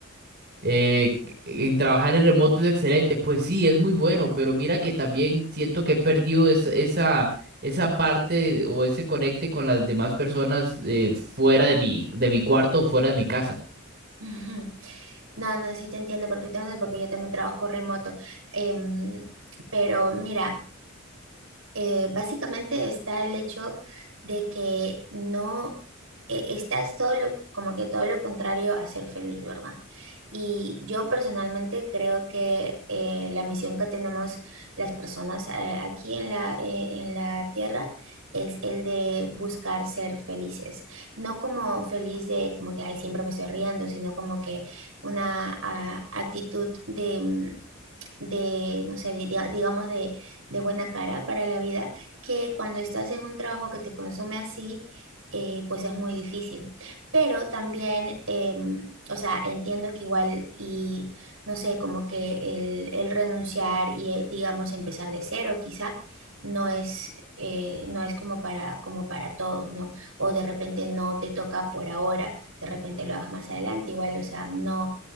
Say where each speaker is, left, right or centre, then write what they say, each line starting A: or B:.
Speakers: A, on the right (about 50°); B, on the right (about 75°).
A: eh, en trabajar en remoto es excelente, pues sí, es muy bueno, pero mira que también siento que he perdido es- esa, esa parte o ese conecte con las demás personas eh, fuera de mi, de mi cuarto o fuera de mi casa.
B: <laughs> No, no, sí te entiendo perfectamente porque yo también trabajo remoto. Em, pero mira, eh, básicamente está el hecho de que no eh, estás todo lo, como que todo lo contrario a ser feliz, ¿verdad? Y yo personalmente creo que eh, la misión que tenemos las personas eh, aquí en la, eh, en la Tierra es el de buscar ser felices, no como feliz de como que ay, siempre me estoy riendo, sino como que una ah, actitud de, mm, de, no sé, di- dia- digamos de, de buena cara para la vida, que cuando estás en un trabajo que te consume así, eh, pues es muy difícil. Pero también, em, o sea, entiendo que igual y, no sé, como que el, el renunciar y, eh, digamos, empezar de cero quizá. No es, eh, no es como para, como para todos, ¿no? O de repente no te toca por ahora, de repente lo hagas más adelante, igual, o sea, no,